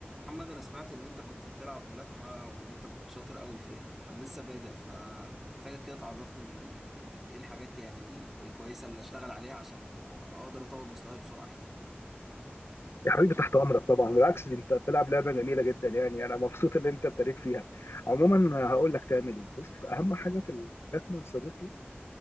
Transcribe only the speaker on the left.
يا حبيبي تحت امرك طبعا بالعكس دي انت بتلعب لعبه جميله جدا يعني انا مبسوط ان انت ابتديت فيها عموما هقول لك تعمل ايه بص اهم
حاجه في الملاكمه يا صديقي